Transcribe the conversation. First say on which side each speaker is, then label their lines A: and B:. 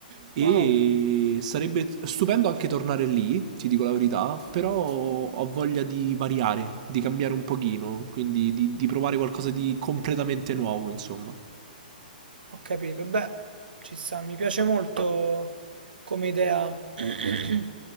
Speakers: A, on the right; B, on the right.
A: E
B: Wow.
A: sarebbe stupendo anche tornare lì, ti dico la verità, però ho voglia di variare, di cambiare un pochino, quindi di, di provare qualcosa di completamente nuovo, insomma.
B: Ho capito, beh, ci sta, mi piace molto come idea, <clears throat>